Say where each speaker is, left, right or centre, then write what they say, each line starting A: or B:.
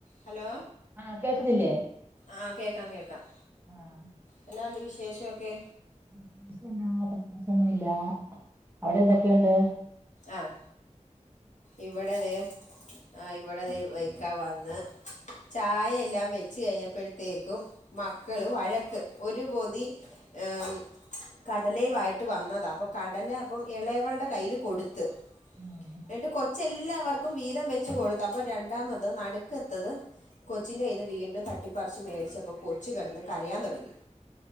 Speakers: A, on the left (about 70°); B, on the right (about 15°).
A: Hello?
B: ആഹ് കേക്കുന്നില്ലേ?
A: ആഹ് കേക്കാം കേക്കാം.
B: ആഹ്
A: എന്നാണ്ട് വിശേഷൊക്കെ?
B: <unintelligible> പ്രത്യേച് ഒന്നുല്ലാ അവിടെ എന്തൊക്കെയൊണ്ട്?
A: ആഹ് ഇവിടതേ ആഹ് ഇവ്ടതേ ഇക്കാ വന്ന് ചായെല്ലാം വെച്ച് കഴിഞ്ഞപ്പോഴ്ത്തേക്കും മക്കള് വഴക്ക് ഒരു പൊതി ഏമ്ഹ് കടലേവായിട്ട് വന്നതാ പ്പൊ കടല അപ്പോം ഇളേവൾടെ കയ്യില് കൊടുത്ത്.
B: ആഹ്
A: ന്നിട്ട് കൊച്ച് എല്ലാവർക്കും വീതം വെച്ച് കൊടുത്ത്. അപ്പോം രണ്ടാമത്തത് നടുക്കത്തത് കൊച്ചിൻ്റയ്യിന്ന് വീണ്ടും തട്ടിപ്പറിച്ച് മേടിച്ചപ്പോ കൊച്ച് കെടന്ന് കരയാൻ തൊടങ്ങി